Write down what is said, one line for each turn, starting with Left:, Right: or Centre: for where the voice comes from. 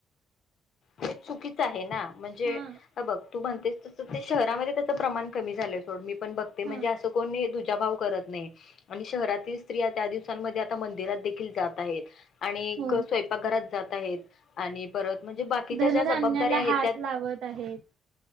Left: ते चुकीच आहे ना म्हणजे
Right: हा
Left: बघ तू म्हणतेस तस ते शहरामध्ये त्याच प्रमाण कमी झालं सोड मी पण बघते म्हणजे
Right: हा.
Left: असं कोणी दुजा भाव करत नाही. आणि शहरातील स्त्रिया त्या दिवसांमध्ये आता मंदिरात देखील जात आहेत आणि
Right: हो.
Left: स्व पाक घरात जात आहेत आणि परत म्हणजे बाकीच्या
Right: धनधान्याला
Left: ज्या जबाबदाऱ्या आहेत
Right: हात
Left: त्या
Right: लावत आहेत.